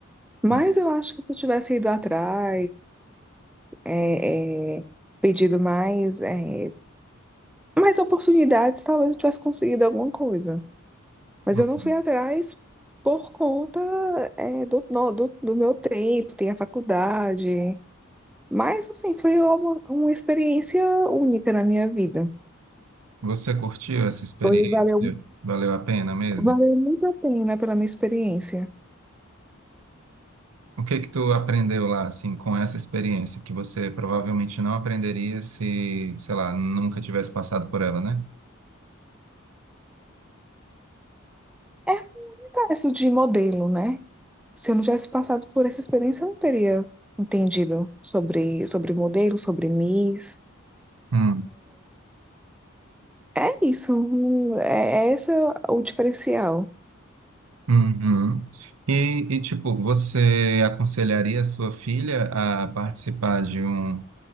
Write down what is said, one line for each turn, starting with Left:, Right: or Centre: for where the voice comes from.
Centre: Mas
Right: Ah,
Centre: eu acho que se eu tivesse ido atrás, é, é, pedido mais, é, mais oportunidades, talvez eu tivesse conseguido alguma coisa. Mas
Right: hum.
Centre: eu não fui atrás por conta, é, do, no- do, do meu tempo, tem a faculdade. Mas, assim, foi uma, uma experiência única na minha vida.
Right: Você curtiu essa experiência?
Centre: Foi, valeu
Right: Valeu a pena mesmo?
Centre: Valeu muito a pena pela minha experiência.
Right: O que que tu aprendeu lá assim com essa experiência que você provavelmente não aprenderia se, sei lá, nunca tivesse passado por ela, né?
Centre: É um universo de modelo, né? Se eu não tivesse passado por essa experiência, eu não teria entendido sobre, sobre modelo, sobre Miss.
Right: Hum,
Centre: É isso, hum, é, é esse o diferencial.
Right: uhum. E, e, tipo, você aconselharia a sua filha a participar de um